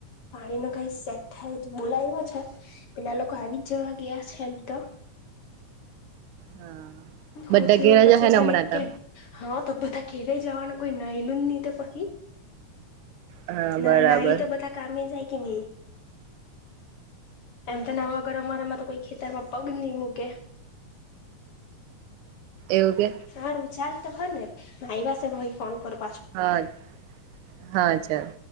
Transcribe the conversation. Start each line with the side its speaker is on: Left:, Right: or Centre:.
Left: પાણી ન કઈ સેટ થાય તો બોલાય હો છે પેલા લોકો આવી જ જેવા ગયા છે એમ તો.
Right: હા.
Left: હું
Right: બધા
Left: થીયુ
Right: ઘેર
Left: પછી
Right: જ હે
Left: તને
Right: ને હમણાં
Left: કેમ,
Right: તો
Left: હા તો બધા ઘેરે જવાનું કોઈ નહલું ની તે પખી.
Right: હા
Left: ના-ના
Right: બરાબર
Left: ઈ તો બધા કામે જાય ની એમ તો નાવા વગર અમારામાં તો કોઈ ખેતરમાં પગ ની મૂકે.
Right: એવું કે
Left: સારું ચાલ તો હ ને આઇવા સે તો ફોન કરૂ.
Right: હા-હા ચાલ.